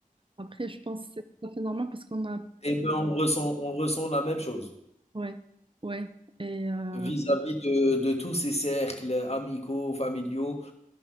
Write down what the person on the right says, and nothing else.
après, je pense que c'est tout à fait normal parce qu'on a...
Ouais, ouais. Et euh,